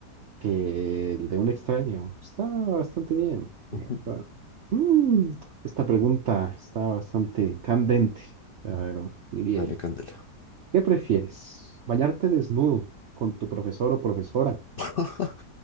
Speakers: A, on the right; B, on the left.
A: que el de un extraño. Está bastante bien,
B: Ujú.
A: la verdad. Mm, esta pregunta está bastante candente, la verdad, diría
B: Dale,
A: yo.
B: Candela.
A: ¿Qué prefieres? ¿Bañarte desnudo con tu profesor o profesora
B: <laughs>